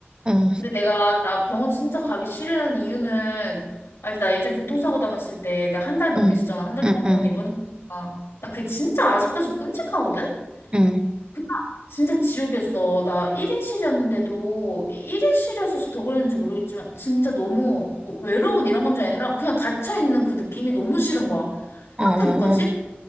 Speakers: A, on the right; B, on the left.
A: 응,
B: 근데 내가 나 병원 진짜 가기 싫은 이유는 알지? 나 예전에 교통사고 당했을 때 나 한 달 넘게
A: 응,
B: 있었잖아. 한 달
A: 응,
B: 동안
A: 응,
B: 병원에 입원했으니까 나 그게 진짜 아직까지도 끔찍하거든?
A: 응,
B: 그냥 진짜 지옥이었어. 나 1인실이었는데도 1인실이었어서 더 그랬는지 모르겠지만 진짜 너무 뭐 외로운 이런 감정이 아니라 그냥 갇혀있는 그 느낌이 너무 싫은 거야.
A: 어,
B: 학교
A: 어,
B: 못 가지?
A: 어,